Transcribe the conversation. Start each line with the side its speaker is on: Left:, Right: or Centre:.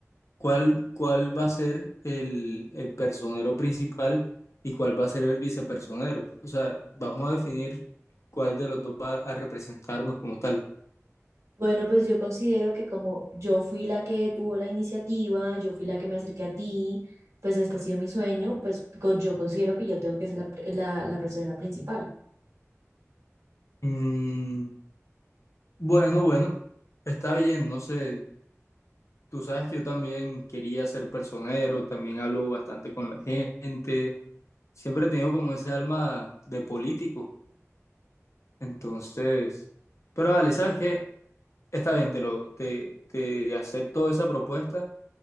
Left: ¿cuál, cuál va a ser el, el personero principal y cuál va a ser el vicepersonero? O sea, vamos a definir cuál de los dos va a representarnos como tal.
Right: Bueno, pues yo considero que como yo fui la que tuvo la iniciativa, yo fui la que me acerqué a ti, pues este ha sido mi sueño, pues co- yo considero que yo tengo que ser la, la, la persona principal.
Left: Mm, bueno, bueno, está bien, no sé. Tú sabes que yo también quería ser personero, también hablo bastante con la gente. Siempre he tenido como ese alma de político. Entonces, pero vale, ¿sabes qué? Está bien, te lo, te, te acepto esa propuesta